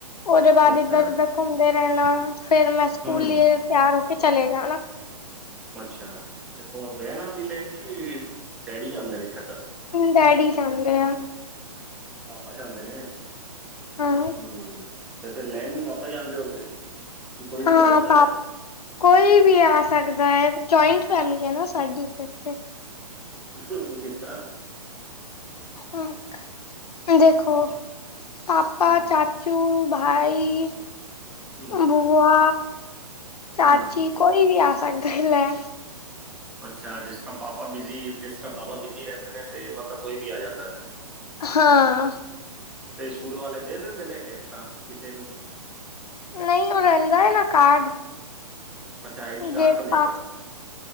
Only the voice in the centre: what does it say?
ਅੱਛਾ
ਹੂੰ ਹੂੰ
ਅੱਛਾ ਤੇ ਕੋਣ ਵੈਣ ਆਂਦੀ ਲੈਣ ਕਿ ਡੈਡੀ ਜਾਂਦੇ ਨੇ ਛੱਡਣ।
ਪਾਪਾ ਜਾਂਦੇ ਨੇ ਹਮ
ਤੇ ਫੇਰ ਲੈਣ ਵੀ ਪਾਪਾ ਜਾਂਣਦੇ ਹੋਣਗੇ। ਕਿ ਕੋਈ ਵੀ
ਆ ਜਾਂਦਾ ਲੈਣ
ਹੂੰ ਕਿਸ ਤਰ੍ਹਾਂ
ਹੂੰ
ਹੂੰ
ਹੂੰ
ਅੱਛਾ ਜਿਸ ਤਰ੍ਹਾਂ ਪਾਪਾ ਬਿਜੀ ਜਿਸ ਤਰ੍ਹਾਂ ਪਾਪਾ ਬਿਜੀ ਰਹਿੰਦੇ ਨੇ ਤੇ ਮਤਲਬ ਕੋਈ ਵੀ ਆ ਜਾਂਦਾ ਫੇਰ।
ਤੇ ਸਕੂਲ ਵਾਲੇ ਦੇ ਦਿੰਦੇ ਨੇ ਇਸ ਤਰ੍ਹਾਂ ਕਿਸੇ ਨੂੰ ਵੀ।
ਅੱਛਾ ਆਈ ਡੀ ਕਾਰਡ
ਬਣਿਆ
ਤੁਹਾਡਾ